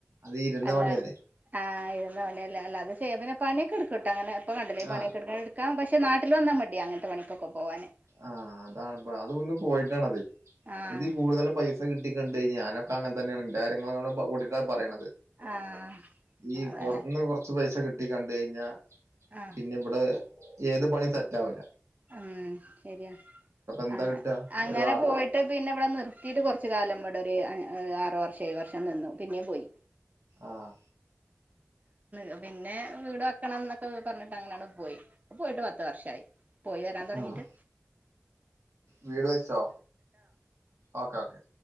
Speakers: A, on the right (about 85°); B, on the right (about 35°).
A: അത് ഇരുന്ന
B: അല്ല
A: പണിയല്ലേ
B: ആഹ്തന്ന <unintelligible> അത് ചെയ്യാം പിന്നെ പണിയൊക്കെടുകേട്ട അങ്ങനെപ്പ കണ്ടല്ലേ
A: ആഹ്
B: പണിയോക്കെ എടുക്ക ക്ക പക്ഷെ നാട്ടിൽ വന്നാ മതിയ അങ്ങനത്തെ പണിക്കൊക്കെ പോകവാന്.
A: ആഹ് അതാണ്പ്പ അതൊന്ന് പോയിട്ടാണത്
B: ആഹ്
A: ഇതി കൂടുതൽ പൈസ കിട്ടിക്കണ്ട് കഴിഞ്ഞ ഞാനൊക്കെ അങ്ങനെ തന്നെയാണ് എ കാര്യങ്ങള കൂട്ടിട്ടാ പറയണത്.
B: ആഹ്
A: ഈ
B: അതെല്ലേ
A: പുറത്തിന്ന് കൊറച്ച് പൈസ കിട്ടി കണ്ട് കഴിഞ്ഞാ
B: ആഹ്
A: പിന്നെ ഇവിടെ ഏത് പണി സെറ്റാവുല.
B: ഉം ശരിയാ
A: എന്താ
B: അങ്ങ
A: കിട്ടാ
B: അങ്ങനെ
A: ഒരു ആ
B: പോയി മ പിന്നെ ഇവിടെ നിർത്തിയിട്ട് കൊറച്ചു കാലം ഇവിടെ ഒരു ആറ് വർഷം ഏഴ് വർഷം നിന്നു പിന്നേം പോയി.
A: ആഹ്.
B: ഉ <inaudible> പിന്നെ വീട് വെക്കണം എന്നൊക്കെ പറഞ്ഞിട്ട് അങ്ങനാട് പോയി പോയിട്ട് പത്ത് വർഷായി. പോയി വരാൻ തോടങ്ങിട്ട്.
A: ആഹ് വീട് വെച്ചോ? Okay, okay.